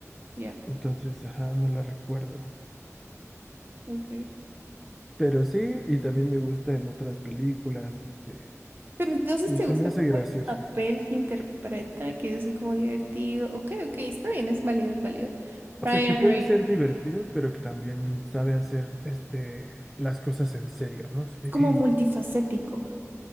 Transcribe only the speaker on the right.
Ya,
ok.
Pero entonces
te
gusta
como
el papel que interpreta, que es así como divertido. Ok, ok, está bien, es válido, es válido.
Ryan
Reynolds,
como multifacético.